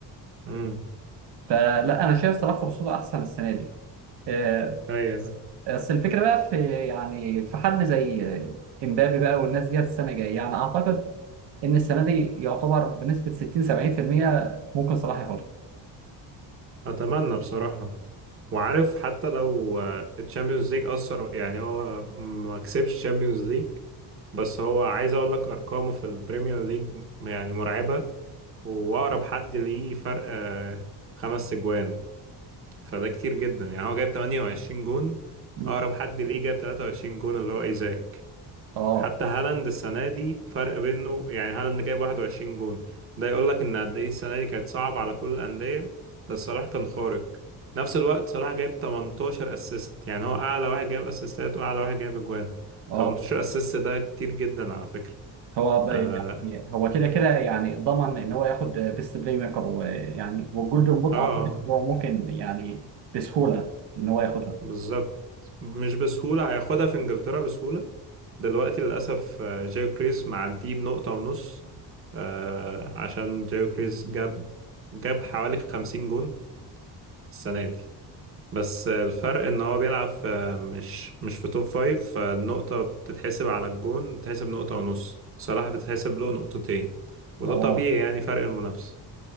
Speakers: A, on the right (about 30°); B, on the right (about 75°).
A: امم
B: فلا أنا شايف صلاح فرصته أحسن السنة دي آه،
A: ايوه ده
B: بس الفكرة بقى في يعني في حد زي امبابي بقى والناس ديت السنة الجاية يعني أعتقد إن السنة دي يعتبر بنسبة 60 70% ممكن صلاح ياخدها
A: اتمنى بصراحة وعارف حتى لو الشامبيونز ليج اثر يعني هو ما كسبش الشامبيونز ليج بس هو عايز اقول لك ارقامه في البريمير ليج يعني مرعبة واقرب حد ليه فرق آه، خمس اجوان فده كتير جدا يعني هو جايب 28 جون
B: مم.
A: اقرب حد ليه جاب 23 جون اللي هو ايزاك
B: اه
A: حتى هالاند السنة دي فرق بينه يعني هالاند جايب 21 جون ده يقول لك ان قد ايه السنة دي كانت صعبة على كل الأندية بس صلاح كان خارق نفس الوقت صلاح جايب 18 اسيست يعني هو اعلى واحد جايب اسيستات واعلى واحد جايب اجوان
B: اه
A: 18 اسيست ده كتير جدا على فكرة
B: هو ب-
A: اه
B: يعني هو كده كده يعني ضمن ان هو ياخد بيست بلاي ميكر ويعني والجولدن بوت
A: اه,
B: اعتقد
A: آه
B: إن هو ممكن يعني بسهوله ان هو ياخدها
A: بالظبط مش بسهولة هياخدها في انجلترا بسهولة دلوقتي للأسف آه، جايو كريس معديه بنقطة ونص آه عشان جايو كريس جاب جاب حوالي 50 جون السنة دي بس الفرق ان هو بيلعب في مش مش في توب فايف فالنقطة بتتحسب على الجون بتتحسب نقطة ونص صلاح بتتحسب له نقطتين وده
B: اه
A: طبيعي يعني فرق المنافسة